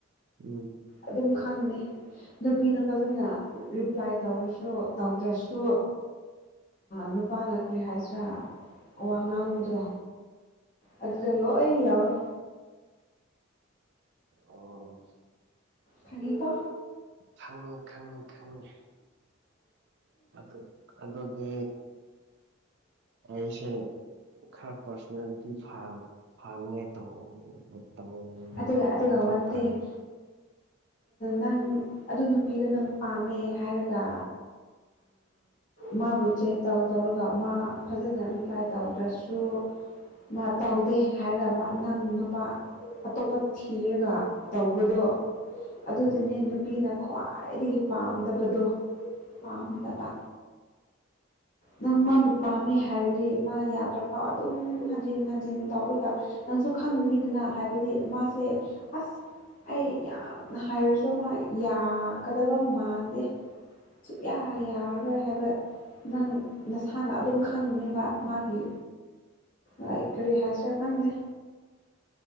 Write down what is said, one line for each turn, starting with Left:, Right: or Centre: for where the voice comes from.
Right: ꯎꯝ
Left: ꯑꯗꯨꯝ ꯈꯪꯅꯤ ꯅꯨꯄꯤꯅ ꯐꯖꯅ ꯔꯤꯄ꯭ꯂꯥꯏ ꯇꯧꯔꯁꯨ ꯇꯧꯗ꯭ꯔꯁꯨ ꯅꯨꯄꯥꯅ ꯀ꯭ꯔꯔꯤ ꯍꯥꯏꯁꯤꯔꯥ ꯋꯥ ꯉꯥꯡꯕꯗꯣ ꯑꯗꯨꯗ ꯂꯣꯢ ꯌꯥꯎꯢ
Right: ꯑꯣ
Left: ꯈꯪꯉꯤꯀꯣ
Right: ꯈꯪꯉꯤ ꯈꯪꯉꯤ ꯈꯪꯉꯤ ꯑꯗꯨ ꯑꯗꯨꯗꯤ ꯑꯩꯁꯦ ꯈꯔꯞ ꯄꯔꯁꯅꯦꯂꯤꯇꯤ ꯐ ꯐꯅꯤꯡ ꯉꯥꯢ ꯇꯧꯕ
Left: ꯑꯗꯨꯒ ꯑꯗꯨꯒ
Right: ꯃꯊꯧ
Left: ꯋꯥꯟ ꯊꯤꯡ
Right: ꯇꯥꯢ
Left: ꯅꯪ ꯑꯗꯨ ꯅꯨꯄꯤꯗꯣ ꯅꯪ ꯄꯥꯝꯃꯦ ꯍꯥꯏꯔꯒ ꯃꯥꯕꯨ ꯆꯦꯠ ꯇꯧ ꯇꯧꯔꯒ ꯃꯥ ꯐꯖꯅ ꯔꯤꯄ꯭ꯂꯥꯏ ꯇꯧꯗ꯭ꯔꯁꯨ ꯃꯠ ꯇꯧꯗꯦ ꯍꯥꯏꯔꯒ ꯅꯪ ꯅꯨꯄꯥ ꯑꯇꯣꯞꯄ ꯊꯤꯔꯒ ꯇꯧꯕꯗꯣ ꯑꯗꯨꯗꯨꯅꯦ
Right: ꯎꯝ
Left: ꯅꯨꯄꯤꯅ ꯈ꯭ꯋꯥꯏꯗꯒꯤ ꯄꯥꯝꯗꯕꯗꯣ ꯄꯥꯝꯗꯕ ꯅꯪ ꯃꯥꯕꯨ ꯄꯥꯝꯃꯦ ꯍꯥꯏꯔꯗꯤ ꯃꯥ ꯌꯥꯗ꯭ꯔꯐꯥꯎ ꯑꯗꯨꯝ ꯍꯟꯖꯤꯟ ꯍꯟꯖꯤꯟ ꯇꯧꯔꯒ ꯅꯪꯁꯨ ꯈꯪꯅꯤꯡꯅꯤꯗꯅ ꯍꯥꯏꯕꯗꯤ ꯃꯥꯁꯦ ꯑꯁ ꯑꯩ ꯌꯥꯝꯅ ꯍꯥꯏꯔꯁꯨ ꯃꯥ ꯌꯥꯒꯗꯕ ꯃꯥꯟꯗꯦ ꯁꯨꯛꯌꯥ ꯌꯥꯔꯔꯣꯏ ꯍꯥꯏꯕ ꯅꯪ ꯅꯁꯥꯅ ꯑꯗꯨꯝ ꯈꯪꯅꯦꯕ ꯃꯥꯒꯤ ꯂꯥꯏꯀꯔꯤꯍꯖ ꯈꯗ